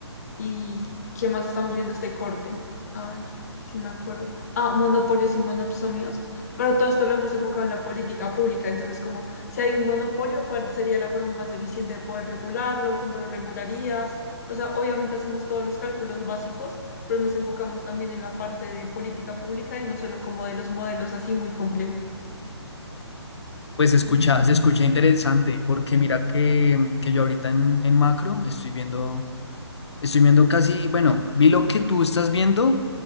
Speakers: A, on the left (about 35°); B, on the left (about 70°).
A: ¿Y qué más estamos viendo este corte? A ver, si me acuerdo. Ah, monopolios y monopsonios. Pero todo esto lo hemos enfocado en la política pública. Entonces, como si hay un monopolio, ¿cuál sería la forma más eficiente de poder regularlo? ¿Cómo lo regularías? O sea, obviamente hacemos todos los cálculos básicos, pero nos enfocamos también en la parte de política pública y no solo como de los modelos así muy complejos.
B: Pues se escucha, se escucha interesante, porque mira que, que yo ahorita en, en macro estoy viendo, estoy viendo casi, bueno, vi lo que tú estás viendo